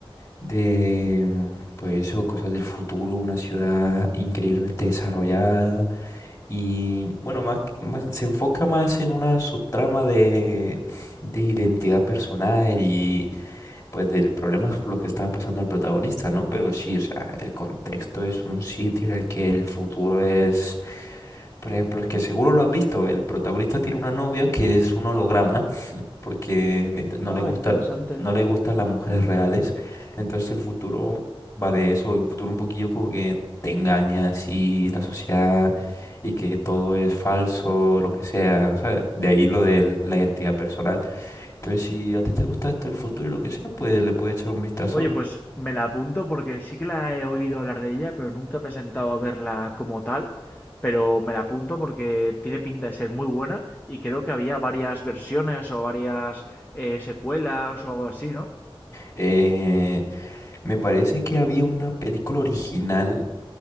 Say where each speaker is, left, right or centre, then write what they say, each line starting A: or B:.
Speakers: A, on the left (about 40°); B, on the left (about 20°).
A: de, mm, pues eso, cosas del futuro, una ciudad increíblemente desarrollada Y bueno, más, más- se enfoca más en una subtrama de, de identidad personal y pues del problema por lo que estaba pasando el protagonista, ¿no? Pero sí, o sea, el contexto es un sitio en el que el futuro es, por ejemplo, es que seguro lo has visto, el protagonista tiene una novia que es un holograma porque ni- no
B: Ah,
A: le gustan,
B: interesante.
A: no le gustan las mujeres reales. Entonces el futuro va de eso, un futuro un poquillo como que te engañas y la sociedad y que todo es falso, lo que sea, ¿sabes? De ahí lo de la identidad personal. Entonces si a ti te gusta esto el futuro y lo que sea, pues le puedes echar un vistazo.
B: Oye, pues me la apunto porque sí que la he oído hablar de ella, pero nunca me he sentado a verla como tal. Pero me la apunto porque tiene pinta de ser muy buena y creo que había varias versiones o varias eh, secuelas o algo así, ¿no?
A: Eh, me parece que había una película original.